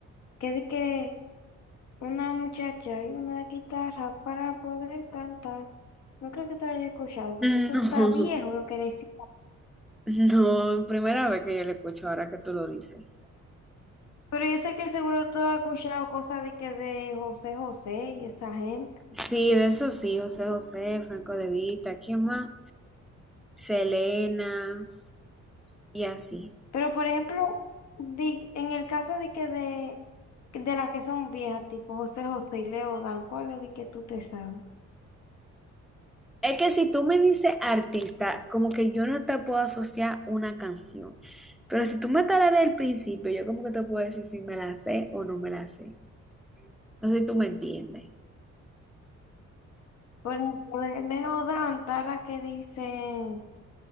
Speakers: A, on the left (about 65°); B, in the centre.
A: Que de que una muchacha y una guitarra para poder cantar. No creo que te la haya escuchado porque
B: <laughs>
A: eso está viejo lo que decía.
B: No, no, primera vez que yo le escucho ahora que tú lo dices.
A: Pero yo sé que seguro tú has escuchado cosas de que de José José y esa gente.
B: Sí, de eso sí, José José, Franco De Vita, ¿quién más? Selena y así.
A: Pero por ejemplo, di- en el caso de que de, de las que son viejas, tipo José José y Leodan, ¿cuál es de que tú te sabes?
B: Es que si tú me dices artista, como que yo no te puedo asociar una canción. Pero si tú me talas desde el principio, yo como que te puedo decir si me la sé o no me la sé. No sé si tú me entiendes.
A: Por ejemplo, de Leodan está la que dice